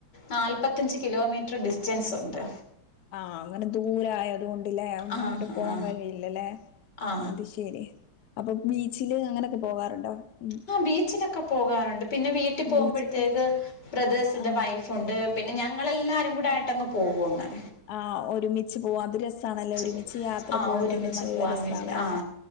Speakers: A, on the left (about 50°); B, on the left (about 70°).
A: നാൽപ്പത്തഞ്ച് കിലോമീറ്റർ ഡിസ് റ്റൻസ് ഉണ്ട്
B: ആ അങ്ങനെ ദൂരം ആയത് കൊണ്ട് ഒന്നും
A: ആ
B: അങ്ങോട്ട്‌
A: ആ
B: പോവാൻ കഴിയില്ലല്ലോ
A: ആ
B: അത് ശരി അപ്പൊ ബീച്ചിലെ അങ്ങനെ പോകാറുണ്ടോ ഉം
A: ആ ബീച്ചിലൊക്കെ പോകാറുണ്ട് പിന്നെ വീട്ടിൽ പോകുമ്പോഴത്തേക്ക്
B: ബീച്ചൊക്കെ
A: ബ്രദേേഴ്സിന്റെ
B: ആ
A: വൈഫുണ്ട് പിന്നെ ഞങ്ങളെല്ലാവരും കൂടെ ആയിട്ട് അങ്ങ് പോകും അങ്ങ്
B: ആഹ ഒരുമിച്ച് പോകും അത് രസമാണല്ലോ ഒരുമിച്ച്
A: പോ-
B: യാത്ര
A: ആ
B: പോകുന്നത്
A: ഒരുമിച്ച്
B: നല്ല
A: പോകാൻ
B: രസമാണല്ലോ
A: വേണ്ടി ആ